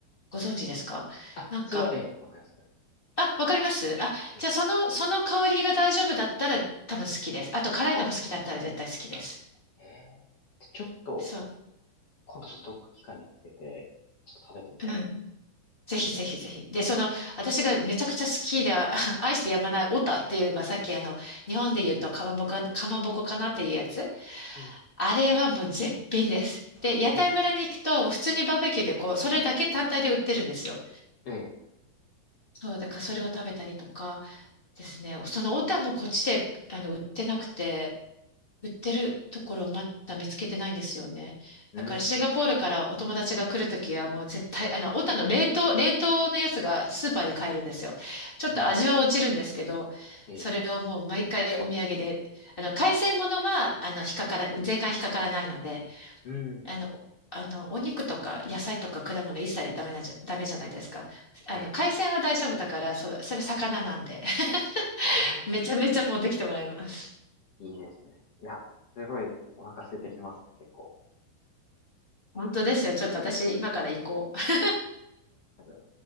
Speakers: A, on the left; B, on the left.
A: ご存知ですかなんか、
B: あ、それは、ええ、わかります、わかります。
A: あ、わかりますあ、
B: ええ。
A: じゃあその、その香りが大丈夫だったら多分好きです。あと、辛いのが好きだったら絶対好きです。
B: あ、ええ。でちょっと、
A: そう。
B: 今度ちょっとどっか機会見つけて、ちょっと食べてみたいと思います。
A: うんぜひぜひぜひ。で、その、私がめちゃくちゃ好きで、あ <laughs> 愛してやまないオタっていうのがさっきあの、日本で言うとかまぼこ、かまぼこかなっていうやつ。
B: うん。
A: あれはもう絶品です。で、屋台村に行くと、
B: うん。
A: もう普通にバーベキューでこう、それだけ単体で売ってるんですよ。
B: ええ。
A: そう、だからそれを食べたりとかですね。そのオタもこっちで、あの、売ってなくて、売ってるところまだ見つけてないんですよね。
B: うん。
A: だからシンガポールからお友達が来るときはもう絶対、あの、オタの冷凍、冷凍のやつがスーパーで買えるんですよ。ちょっと味は落ちるんですけど、
B: うん。ええ。
A: それをもう毎回お土産で、あの、海鮮物は、あの、引っかから、税関引っかからないので、
B: うん。
A: あの、あの、お肉とか野菜とか果物一切ダメなんじゃ、ダメじゃないですか。あの、
B: ええ。
A: 海鮮は大丈夫だから、その、それ魚なんで、<laughs>
B: ああ。
A: めちゃめちゃ持ってきてもらいます。
B: いいですね。いや、すごいお腹空いてきますね、結構。
A: 本当ですよ。ちょっと私、今から行こう。
B: あじゃあ